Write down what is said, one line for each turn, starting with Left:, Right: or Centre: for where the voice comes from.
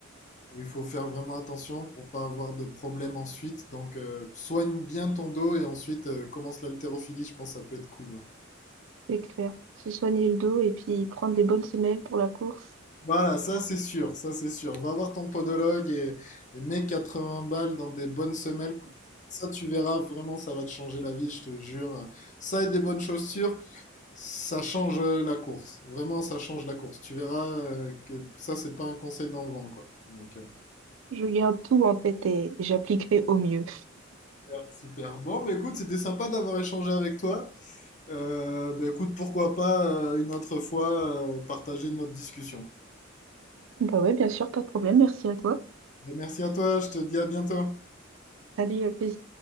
Left: Il faut faire vraiment attention pour pas avoir de problème ensuite. Donc, euh, soigne bien ton dos et ensuite euh, commence l'haltérophilie. Je pense que ça peut être cool. ouais.
Right: c'est clair. Se soigner le dos et puis prendre des bonnes semelles pour la course.
Left: Voilà, ça c'est sûr, ça c'est sûr. Va voir ton podologue et, et mets 80 balles dans des bonnes semelles. Ça, tu verras vraiment, ça va te changer la vie, je te jure. Ça et des bonnes chaussures, ça change euh, la course. Vraiment, ça change la course. Tu verras euh, que ça, c'est pas un conseil dans le vent, quoi. Donc, euh,
Right: Je garde tout en tête et j'appliquerai au mieux.
Left: super, super. Bon, mais écoute, c'était sympa d'avoir échangé avec toi. Euh, bah, écoute, pourquoi pas euh, une autre fois euh, partager notre discussion.
Right: Bah ouais, bien sûr, pas de problème. Merci à toi.
Left: Et merci à toi, je te dis à bientôt.
Right: Salut, à plus.